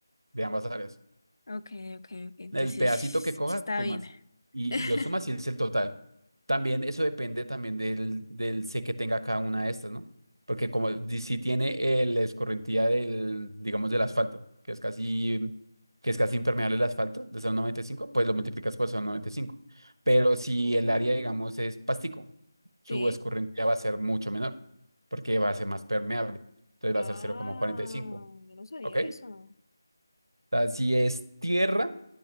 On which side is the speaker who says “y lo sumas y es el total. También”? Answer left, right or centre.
Right